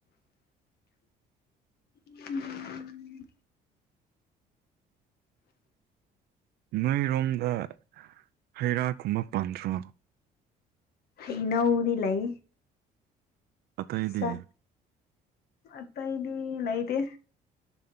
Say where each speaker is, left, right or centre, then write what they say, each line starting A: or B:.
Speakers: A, on the left; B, on the right.
A: ꯎꯝ
B: ꯅꯣꯏꯔꯣꯝꯗ ꯍꯩꯔꯥ ꯀꯨꯝꯕ ꯄꯥꯟꯗ꯭ꯔꯣ
A: ꯍꯩꯅꯧꯗꯤ ꯂꯩ
B: ꯑꯇꯩꯩꯗꯤ
A: ꯆꯥꯛ ꯑꯇꯩꯗꯤ ꯂꯩꯇꯦ